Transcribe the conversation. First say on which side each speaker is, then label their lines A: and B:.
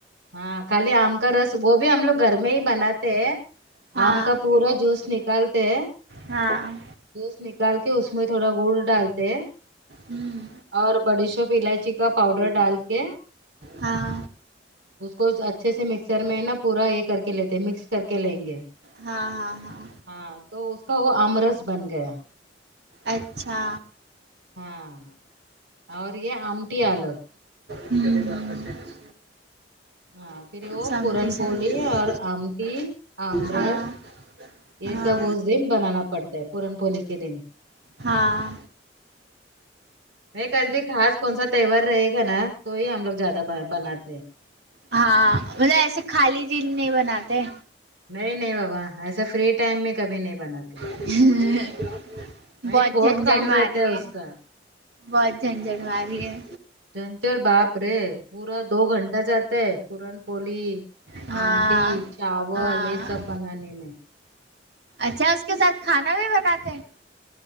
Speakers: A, on the right; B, on the right.
A: ہاں خالی آم کا رس وہ بھی ہم لوگ گھر میں ہی بناتے ہیں
B: ہاں
A: آم کا پورا جوس نکالتے ہیں
B: ہاں
A: جوس نکال کے اس میں تھوڑا گڑ ڈالتے ہیں
B: ہوں
A: اور بڑی شوپ الائچی کا پاؤڈر ڈال کے
B: ہاں
A: اس کو اچھے سے مکسر میں ہے نا پورا یہ کر کے لیتے مکس کر کے لیں گے
B: ہاں ہاں ہاں
A: ہاں تو اس کا وہ ام رس بن گیا
B: اچھا
A: ہاں اور یہ آمٹی الگ
B: ہمم ہمم
A: ہاں پھر وہ
B: سمجھی
A: پورن پولی
B: سمجھی
A: اور آمٹی آمرس
B: ہاں
A: یہ
B: ہاں
A: سب اس دن بنانا پڑتا ہے پورن پوری کے دن
B: ہاں
A: نہیں کل بھی خاص کون سا تہوار رہے گا نا تو ہی ہم لوگ زیادہ بناتے ہیں
B: ہاں مطلب ایسے خالی دن نہیں بناتے
A: نہیں نہیں بابا ایسا فری ٹائم میں کبھی نہیں بناتی
B: <inaudible>
A: نہیں
B: بہت جھنجٹ
A: کام رہتا
B: ماری ہے
A: اس کا
B: بہت جھنجٹ ماری ہے
A: جھنچڑ باپ رے پورا دو گھنٹہ جاتا ہے پورن پوری
B: ہاں
A: آمٹی چاول
B: ہاں
A: یہ سب بنانے میں
B: اچھا اس کے ساتھ کھانا بھی بناتے ہیں